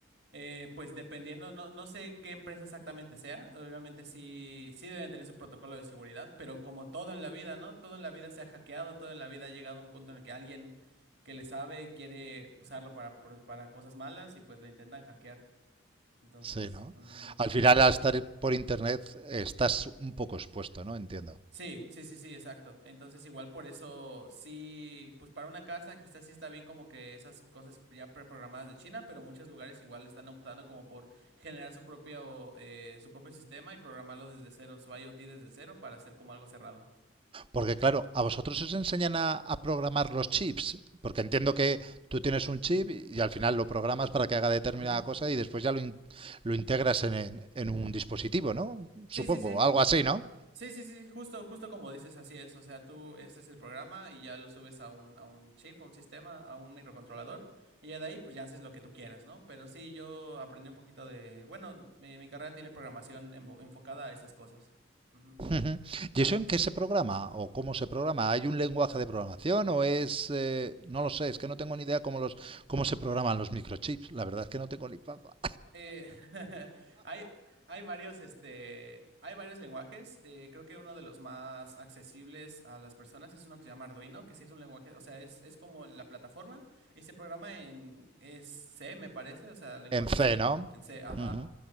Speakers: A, on the right; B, on the right.
A: Eh, pues dependiendo, no, no sé qué empresa exactamente sea, obviamente sí, sí deben tener su protocolo de seguridad, pero como todo en la vida, ¿no? Todo en la vida se ha hackeado, todo en la vida ha llegado a un punto en el que alguien que le sabe quiere usarlo para, para cosas malas y pues lo intentan hackear. Entonces,
B: Sí, ¿no?
A: ujú.
B: Al final, al estar por internet, estás un poco expuesto, ¿no? Entiendo.
A: Sí, sí, sí, sí, exacto. Entonces, igual por eso, sí, pues para una casa quizás sí está bien como que esas cosas ya preprogramadas de China, pero muchos lugares igual están optando como por generar su propio, eh, su propio sistema y programarlo desde cero, su IoT desde cero para hacer como algo cerrado.
B: Porque claro, a vosotros os enseñan a, a programar los chips, porque entiendo que tú tienes un chip y, y al final lo programas para que haga determinada
A: Ujú.
B: cosa y después ya lo, in- lo integras en, en- en un dispositivo, ¿no? Supongo,
A: Sí, sí, sí.
B: algo así, ¿no?
A: Sí, sí, sí, justo, justo como dices, así es. O sea, tú, ese es el programa y ya lo subes a un, a un chip, a un sistema, a un microcontrolador, y ya de ahí, pues ya haces lo que tú quieras, ¿no? Pero sí, yo aprendí un poquito de, bueno, mi, mi carrera tiene programación envo- enfocada a esas cosas. Ujú.
B: Ujú. ¿Y eso en qué se programa o cómo se programa? ¿Hay un lenguaje de programación o es... eh, no lo sé, es que no tengo ni idea cómo, los, cómo se programan los microchips. La verdad es que no tengo ni papa.
A: Eh, <laughs> hay, hay varios, este, hay varios lenguajes. eh, creo que uno de los más accesibles a las personas es uno que se llama Arduino, que sí es un lenguaje, o sea, es, es como la plataforma y se programa en, es C, me parece, o sea, lenguaje
B: En C,
A: C,
B: ¿no?
A: en C, ajá.
B: Ujú.